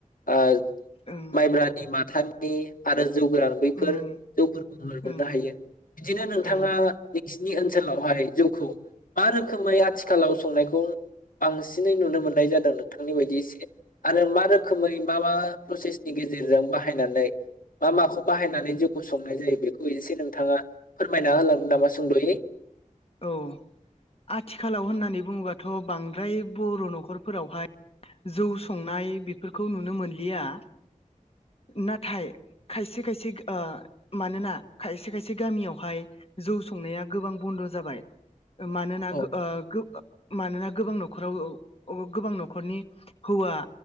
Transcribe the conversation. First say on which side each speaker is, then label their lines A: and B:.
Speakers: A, on the left; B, on the left.
A: <unintelligible>
B: ओं
A: माइब्रानि माथानि नि आरो जौ गोरान बैफोर
B: उम
A: जौफोरखौ मोननो
B: ओं
A: हायो बिदिनो नोंथाङा
B: औ
A: सिनि ओनसोलावहाय जौखौ मा रोखोमै आथिखालाव संनायखौ बांसिनै नुनो मोननाय जादों नोंथांनि बायदि इस आरो मा रोखोमै मा मा प्रसेसनि गेजेरजों बाहायनानै मा माखौ बाहायनानै जिउखौ संनाय जायो बेखौ एसे नोंथाङा फोरमायना होलांगोन नामा सोंद'यै?
B: औ आथिखालाव होननानै बुङोबाथ' बांद्राय बर' न'खरफोरावहाय जौ संनाय बेफोरखौ नुनो मोनलिया नाथाय खायसे खायसे आ मानोना खायसे खायसे गामियावहाय जौ संनाया गोबां बन्द' जाबाय मानोना
A: औ
B: गो ओ गो मानोना गोबां न'खराव गोबां न'खरनि हौवा